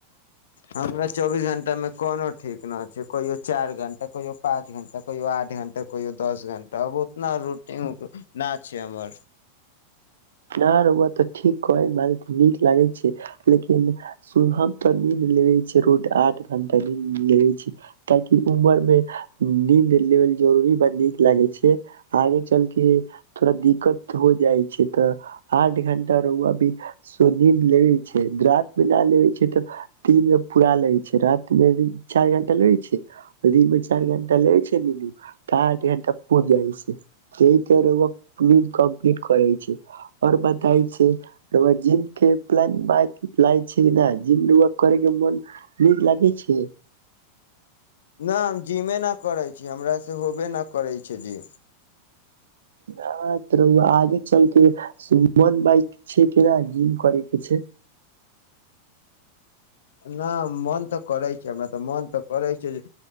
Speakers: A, on the left; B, on the right.
A: हमरा चौबीस घण्टामे कोनो ठीक न छै कहिओ चारि घण्टा कहियो पाँच घण्टा कहिओ आठ घण्टा कहिओ दस घण्टा आब उतना रूटीन नहि छै हमर
B: नहि ओ तऽ ठीक कहै नीक लागे छै लेकिन हम तऽ नीद लेबे छ रोड आठ घंटा नी लेबे छी ताकि उमर मे नीद लेब जरूरी ब नीक लागे छै आगे चल के थोड़ा दिक्कत हो जाइ छै तऽ आठ घंटा रौआ भी सोनी मे लेे छै रात मे न लेबे छै तऽ दिन मे पूरा लगे छै रात में चार घंटा लेे छै दिन मे चारि घणटा ले छै न त आठ घणटा पू जाइ छै क कोग कम्प्लीट करै छै आओर बताय छै जिम के प्ल लाग छै जिम र करै के मन नीक लागै छै
A: न जीमे न करै छी हमरास से होबे नहि करै छै जी
B: ह तर ओ आगे चलके सुमन बाइ छै किना जिम कर के छै
A: न मन तऽ करै छै हमरा तऽ मन तऽ करै छै जे